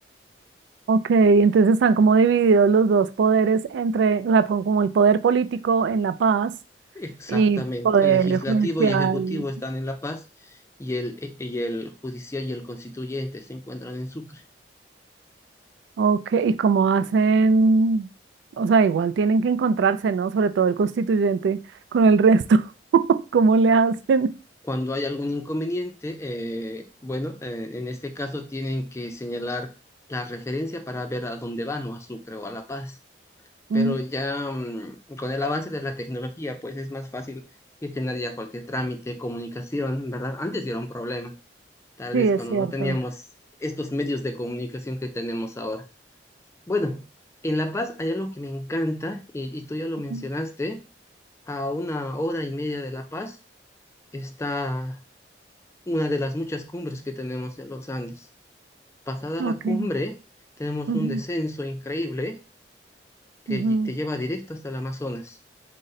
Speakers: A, on the right; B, on the left.
A: Ok, entonces están como divididos los dos poderes entre, o sea, como como el poder político en La Paz
B: Exactamente.
A: y poder
B: El legislativo
A: judicial.
B: y ejecutivo están en La Paz y el, e- y el judicial y el constituyente se encuentran en Sucre.
A: Ok, y cómo hacen, o sea, igual tienen que encontrarse, ¿no? Sobre todo el constituyente con el resto. <laughs> ¿Cómo le hacen?
B: Cuando hay algún inconveniente, eh, bueno, eh, en este caso tienen que señalar la referencia para ver a dónde van o a Sucre o a La Paz.
A: Mm,
B: Pero ya mm, con el avance de la tecnología, pues es más fácil gestionar ya cualquier trámite, comunicación, ¿verdad? Antes sí era un problema. tal
A: Sí,
B: vez
A: es
B: cuando
A: cierto.
B: no teníamos estos medios de comunicación que tenemos ahora. Bueno, en La Paz hay algo que me encanta, y, y tú ya lo
A: Ujú,
B: mencionaste, a una hora y media de La Paz está una de las muchas cumbres que tenemos en los Andes. Pasada
A: Ok.
B: la cumbre, tenemos
A: ujú,
B: un descenso increíble que
A: ujú,
B: lle- te lleva directo hasta el Amazonas,